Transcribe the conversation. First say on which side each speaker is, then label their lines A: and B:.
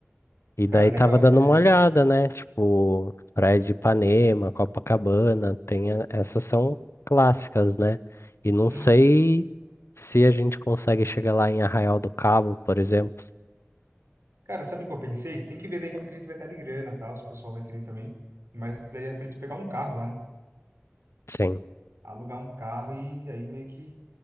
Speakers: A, on the left (about 80°); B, on the right (about 85°).
A: E
B: Cara,
A: daí
B: legal.
A: tava dando
B: É,
A: uma olhada, né? Tipo, Praia de Ipanema, Copacabana, tem a- essas são clássicas, né? E não sei
B: uhum.
A: se a gente consegue chegar lá em Arraial do Cabo, por exemplo.
B: Cara, sabe o que eu pensei? Tem que ver daí como que a gente vai estar de grana, tal, se o pessoal vai querer também. Mas daí é pra gente pegar um carro lá, né?
A: Sim.
B: Alugar um carro e aí meio que